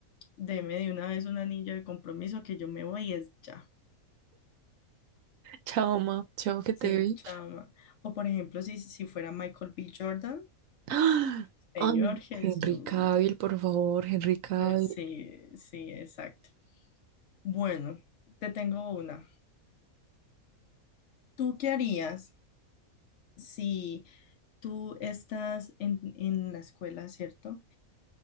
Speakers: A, on the left; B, on the right.
A: deme de una vez un anillo de compromiso que yo me voy y es ya.
B: Chao, ma, chao, que te
A: Sí,
B: vi.
A: chama. O por ejemplo, si, si fuera Michael B. Jordan,
B: <gasps> ¡Ah! Ay,
A: señor Jesús.
B: Henry Cavill, por favor, Henry Cavill.
A: Eh, Sí, sí, exacto. Bueno, te tengo una. ¿Tú qué harías si tú estás en, en la escuela, ¿cierto?